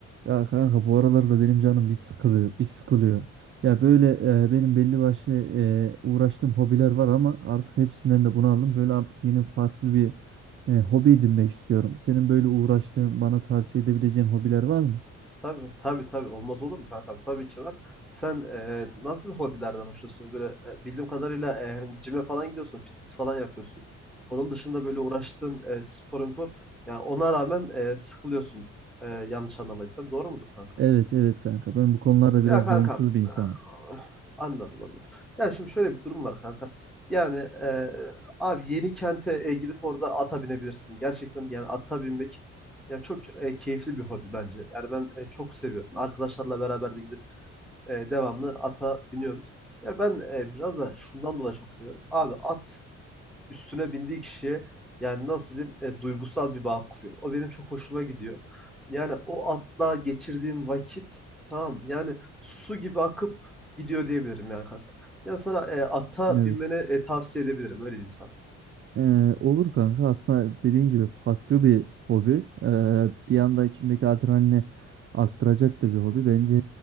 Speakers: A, on the right (about 45°); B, in the centre.
A: Ya kanka bu aralarda benim canım bir sıkılıyor, bir sıkılıyor. Ya böyle e, benim belli başlı e, uğraştığım hobiler var ama artık hepsinden de bunu aldım. Böyle artık yeni farklı bir e, hobi edinmek istiyorum. Senin böyle uğraştığın, bana tavsiye edebileceğin hobiler var mı?
B: Tabii tabii tabii olmaz olur mu kankam? Tabii ki var. Sen e, nasıl hobilerden hoşlanıyorsun? Böyle e, bildiğim kadarıyla e, cime falan gidiyorsun, fitness falan yapıyorsun. Onun dışında böyle uğraştığın e, spor, spor yani ona rağmen e, sıkılıyorsun. E, yanlış anlamadıysam doğru mudur kankam?
A: Evet, evet kanka. Ben bu konularda biraz
B: Ya kankam
A: doyumsuz bir insanım.
B: ah, anladım anladım. Ya şimdi şöyle bir durum var kankam. Yani e, abi yeni kente e, gidip orada ata binebilirsin. Gerçekten yani ata binmek ya çok e, keyifli bir hobi bence. Yani ben e, çok seviyorum. Arkadaşlarla beraber de gidip e, devamlı ata biniyoruz. Ya ben e, biraz da şundan dolayı çok seviyorum. Abi at üstüne bindiği kişiye yani nasıl diyeyim e, duygusal bir bağ kuruyor. O benim çok hoşuma gidiyor. Yani o atla geçirdiğim vakit tamam yani su gibi akıp gidiyor diyebilirim yani kanka. Yani sana e, ata
A: Evet.
B: binmeni e, tavsiye edebilirim öyle diyeyim sana.
A: Ee, olur kanka. Aslında dediğin gibi farklı bir hobi. Ee, bir anda içimdeki adrenalini arttıracak da bir hobi. Bence